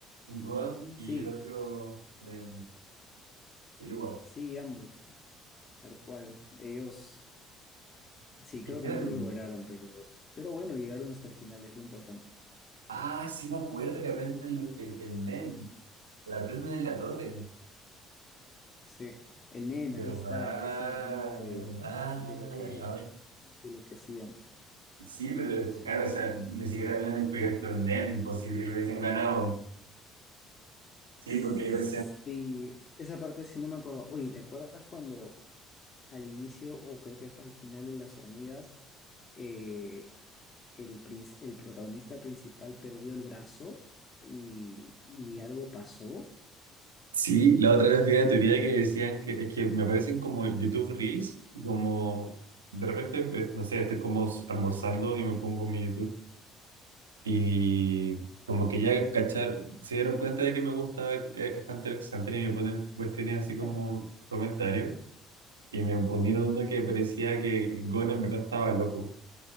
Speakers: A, on the right; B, on the left.
A: Gon
B: Sí,
A: y el otro, eh, Iruka.
B: sí, ambos, tal cual. Ellos, sí, creo
A: Es que
B: que no
A: eran-
B: lo lograron, pero, pero bueno, llegaron hasta el final, es lo importante.
A: Ah, sí me acuerdo que aprenden lo- el, el NEM. La aprenden en la torre.
B: Sí, el nena,
A: ¿Verdad?
B: ahí está, ese era el nombre de,
A: ¿Verdad?
B: de lo que,
A: A ver.
B: de lo que hacían.
A: Sí, pero
B: Sí.
A: claro, o sea, ni siquiera habían descubierto el NEM, posible que hubiesen ganado. Sí,
B: Sí,
A: porque ellos
B: esa parte sí no me acuerdo. Oye, ¿te acuerdas cuando... al inicio, o creo que fue al final de Las Hormigas, eh, el, princi- el protagonista principal perdió el brazo y, y algo pasó.
A: Sí, la otra vez vi una teoría que decían que es que me aparecen como YouTube Reels y como de repente, pues, no sé, estoy como almorzando y me pongo mi YouTube y como que ya cachar, se dieron cuenta de que me gusta eh, Hunter x Hunter y me ponen cuestiones así
B: <laughs>
A: como comentarios y me ponieron uno que parecía que Gon en verdad estaba loco.